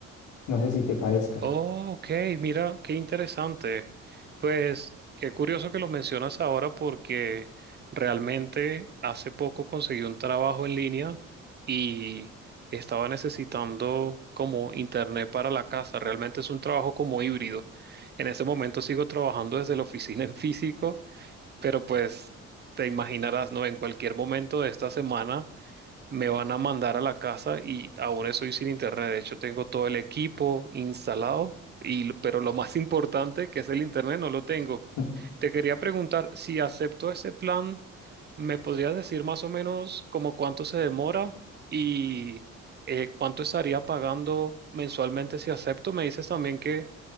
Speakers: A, on the left; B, on the right.
A: No sé si te parezca.
B: Oh, ok, mira, qué interesante. Pues qué curioso que lo mencionas ahora porque realmente hace poco conseguí un trabajo en línea y estaba necesitando como internet para la casa. Realmente es un trabajo como híbrido. En este momento sigo trabajando desde la oficina en físico, pero pues te imaginarás, ¿no? En cualquier momento de esta semana me van a mandar a la casa y aún estoy sin internet. De hecho, tengo todo el equipo instalado, y, pero lo más <laughs> importante, que es el internet, no lo tengo.
A: <laughs>
B: Te quería preguntar, si acepto ese plan, ¿me podrías decir más o menos como cuánto se demora y eh, cuánto estaría pagando mensualmente si acepto? Me dices también que